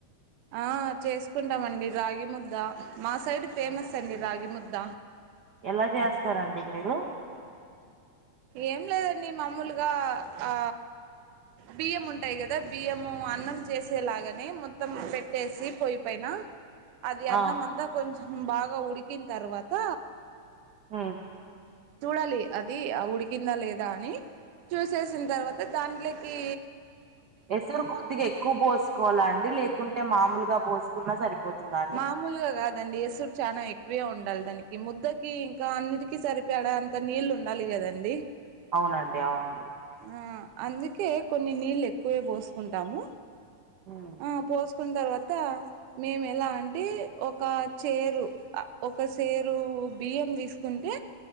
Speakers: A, on the right; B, on the right.
A: ఆ చేసుకుంటామండి రాగి ముద్ద మా సైడ్ ఫేమస్ అండి రాగి ముద్ద
B: ఎలా చేస్తారండి మీరు
A: ఏంలేదండి మామూలుగా ఆ బియ్యం ఉంటాయి గదా బియ్యము అన్నం చేసేలాగానే మొత్తం పెట్టేసి పొయ్యి పైన అది
B: ఆ
A: అన్నం అంతా కొంచెం బాగా ఉడికిన్ తర్వాత
B: ఊ
A: చూడాలి అది ఆ ఉడికిందా లేదా అని చూసేసిన్ తర్వాత దాంట్లోకీ
B: ఎసరు కొద్దిగా ఎక్కువ పోసుకోవాల అండి లేకుంటే మామూలుగా పోసుకున్నా సరిపోతుందా అండి
A: మామూలుగా గాద్ దండి ఏసురు చానా ఎక్కువే ఉండాలి దానికి ముద్దకి ఇంకా అన్నిటికి సరిపడాను కోనీళ్ళు ఉండాలి గదండి
B: అవునండి అవున్
A: ఆ అందుకే కొన్ని నీల్లెకువే పోసుకుంటాము
B: ఉమ్
A: ఆ పోసుకున్ తర్వాత మేము ఎలా అంటే ఒక చేరు అ ఒక సెరూ బియ్యం తీసుకుంటె